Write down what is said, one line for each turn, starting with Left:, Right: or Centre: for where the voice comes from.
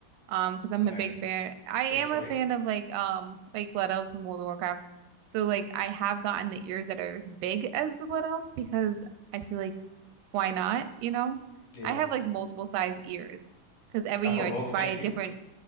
Right: Um, because I'm
Left: Nice.
Right: a big fan. I am
Left: Good choice.
Right: a fan of like um like Blood Elves from World of Warcraft. So like I have gotten the ears that are as big as the Blood Elves because I feel like why not, you know?
Left: Yeah.
Right: I have like multiple size ears because every
Left: Oh,
Right: year I just
Left: okay.
Right: buy different
Left: <laughs>